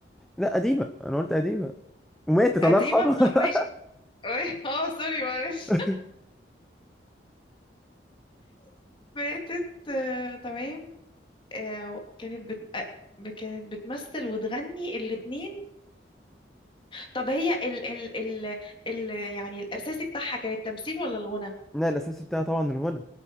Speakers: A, in the centre; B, on the left.
A: لا قديمة انا قلت قديمة وماتت
B: قديمه
A: الله يرحمها
B: ماشي <laughs> أوي. اه سوري معلش
A: <laughs>
B: <laughs> ماتت آه، تمام آه، كانت بت... آه، كانت بتمثل وتغني الاتنين طب هي ال... ال... ال... ال... يعني الأساسي بتاعها كان التمثيل ولا الغنى
A: لا الاساس بتاعها طبعا الغنى